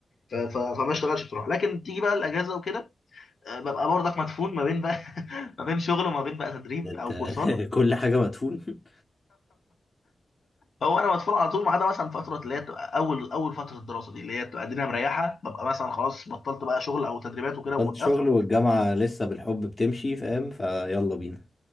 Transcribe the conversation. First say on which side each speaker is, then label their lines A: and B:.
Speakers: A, on the left (about 70°); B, on the left (about 35°).
A: ف- ف- فما اشتغلش بصراحه لكن تيجي بقى الاجازه وكده آه، ببقى برضك مدفون ما بين بقى <laughs> ما بين شغل وما بين بقى تدريب
B: ده انت
A: او
B: <laughs>
A: كورسات
B: كل حاجة مدفون
A: هو انا مدفون على طول ما عدا مثلا فتره اللي هي بتبقى اول اول فتره الدراسه دي اللي هي بتبقى الدنيا مريحه ببقى مثلا خلاص بطلت بقى شغل او تدريبات وكده
B: بطلت
A: ووقفت
B: شغل والجامعة لسه بالحب بتمشي فاهم فيلا بينا